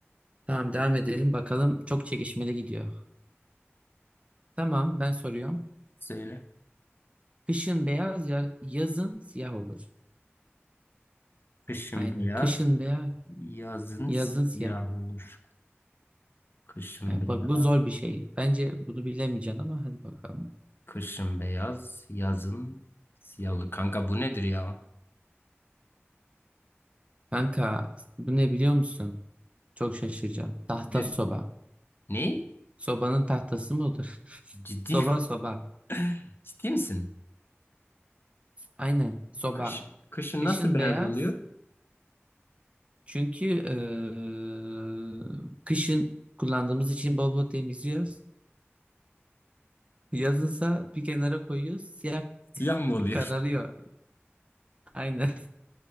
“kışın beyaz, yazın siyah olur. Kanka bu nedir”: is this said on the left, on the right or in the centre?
Left